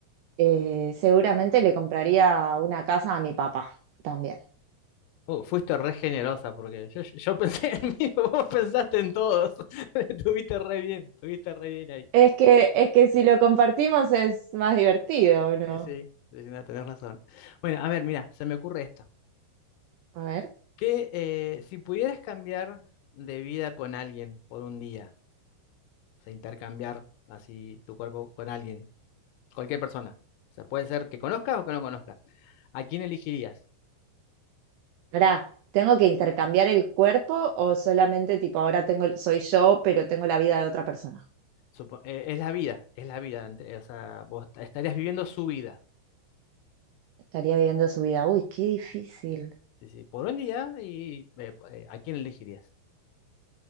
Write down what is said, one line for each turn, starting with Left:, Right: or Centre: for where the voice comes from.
Right: eh, seguramente le compraría una casa a mi papá también.
Left: Uh, fuiste re generosa porque yo, yo- yo <laughs> pensé en mí, <laughs> vos pensaste en todos. <laughs> Estuviste re bien, estuviste re bien ahí.
Right: Es que, es que si lo compartimos es más divertido, ¿o ¿no?
Left: Sí, sí, sí, no, tenés razón. Bueno, a ver, mira, se me ocurre esto.
Right: A ver.
Left: Que eh, si pudieras cambiar de vida con alguien por un día, o sea, intercambiar así tu cuerpo con alguien, cualquier persona. O sea, puede ser que conozcas o que no conozcas. ¿A quién elegirías?
Right: Ahora, ¿tengo que intercambiar el cuerpo o solamente tipo ahora tengo, soy yo, pero tengo la vida de otra persona?
Left: Supo- eh, es la vida, es la vida. ent- O sea, vos est- estarías viviendo su vida.
Right: Estaría viviendo su vida. Uy, qué difícil.
Left: Sí, sí, por un día y eh, po- eh, ¿a quién elegirías?